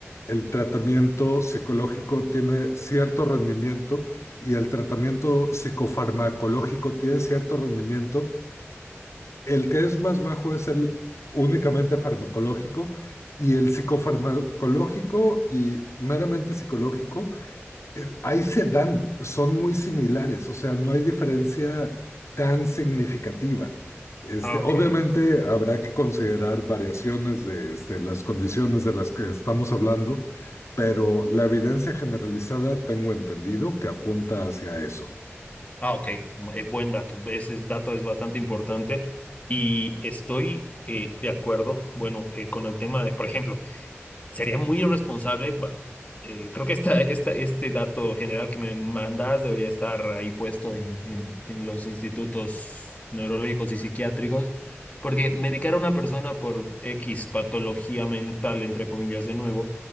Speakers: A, on the left (about 80°); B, on the left (about 30°).
A: el tratamiento psicológico tiene cierto rendimiento y el tratamiento psicofarmacológico tiene cierto rendimiento. El que es más bajo es el únicamente farmacológico y el psicofarmacológico y meramente psicológico eh, Ahí se dan, son muy similares, o sea, no hay diferencia tan significativa. Este,
B: ah, ok,
A: obviamente habrá que considerar variaciones de este, las condiciones de las que estamos hablando, pero la evidencia generalizada tengo entendido que apunta hacia eso.
B: ah, ok, eh, buen dato, ese es- dato es bastante importante y estoy eh, de acuerdo, bueno, eh, con el tema de, por ejemplo, Sería muy irresponsable. ba- eh, creo que esta, esta, este dato general que me mandas debería estar ahí puesto en, en, en los institutos neurológicos y psiquiátricos, porque medicar a una persona por X patología mental, entre comillas, de nuevo,